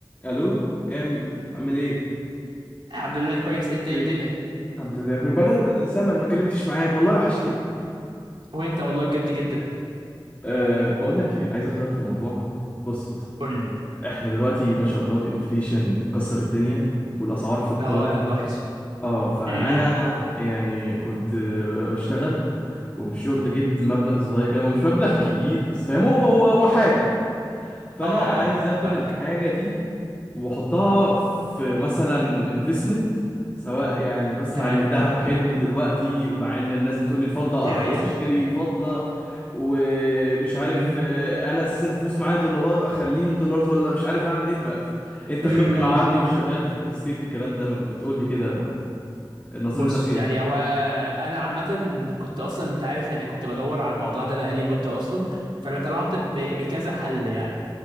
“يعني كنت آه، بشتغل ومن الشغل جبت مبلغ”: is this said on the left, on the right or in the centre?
Left